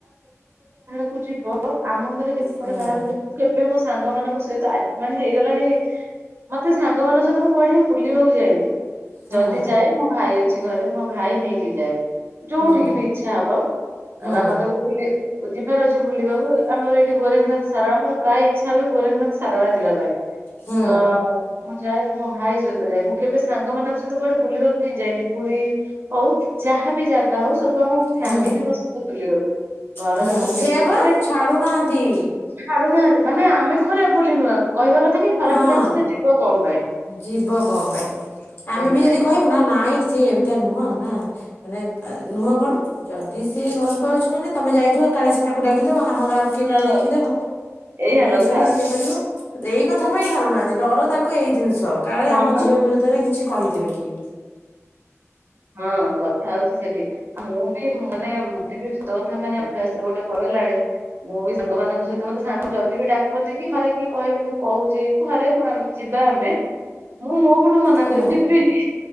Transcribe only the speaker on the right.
ମୁଁ ଯିବ ଆମ ଘରେ ଯଦି କୁଆଡେ
ବାହାରକୁ ଯାଇ କେବେ ମୋ ସାଙ୍ଗ ମାନଙ୍କ ସହିତ ଆ ମାନେ ହେଇଗଲାଣି ମତେ ସାଙ୍ଗମାନଙ୍କ ସହିତ ମୁଁ କୁଆଡେ ହିଁ ବୁଲିବାକୁ ଯାଏନି।
ଯଦି ଯାଏ ମୋ ଭାଇ ଅଛି ଘରେ ମୋ ଭାଇ ନେଇକି ଯାଏ। ଯୋଉଠିକି
ବି ଇଛା ହବ।
ଆଉ ବାପା କହିଲେ ବୁଲି ଯିବାର ଅଛି ବୁଲିବାକୁ। ଆମର ଏଇଠି ଗୋରେଖନାଥ ସାରଳା ମୋର ପ୍ରାୟ ଇଚ୍ଛା ହୁଏ ଗୋରେଖନାଥ ସାରଳା ଯିବା ପାଇଁ।
ତ ମୁଁ ଯାଏ। ମୋ ଭାଇ ସହିତ ଯାଏ। ମୁଁ କେବେ ସାଙ୍ଗ ମାନଙ୍କ ସହିତ କୁଆଡେ ବୁଲିବାକୁ ହିଁ ଯାଇନି। ପୁରୀ ହଉ କି ଯାହା ବି ଯା ଜାଗା ହଉ ସବୁ ଆମ ଫ୍ୟାମିଲି
ପିଲାଙ୍କ ସହ ବୁଲିବାକୁ ଘର
ଲୋକ କେବେ
ମାନେ
ଛାଡୁନାହାଁନ୍ତି। ମାନେ ଆମେ ଖରାପ ବୋଲି ନୁହଁ। କହିବା କଥା କି ଖରାପ
ପିଲାଙ୍କ ସହିତ ଯିବ କଣ ପାଇଁ?
ସେଇପାଇଁ
ତ
ଏଇଆ କଥା
ହଁ
ବା।
ହଁ କଥା ହଉଛି ସେଠି ଆଉ ମୁଁ ବି ମାନେ ମତେ ବି ସତ କଥା ମାନେ ଅଭ୍ୟାସରେ ଗୋଟେ ପର ଣି ମୁଁ ବି ସାଙ୍ଗମାନଙ୍କ ସହିତ ମତେ ସାଙ୍ଗ ଯଦି ବି ଡାକନ୍ତି କି ଘରେ କିଏ କହିବେ ମୁଁ କହୁଛି ଘରେ ଯିବା ଆମେ ମୁଁ ମୋ ପଟୁ ମନା
କରେ ମୁଁ ଯିବିନି।